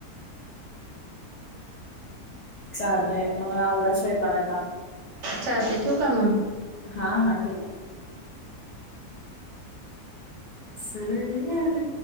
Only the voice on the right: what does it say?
चालते ठेवू का मग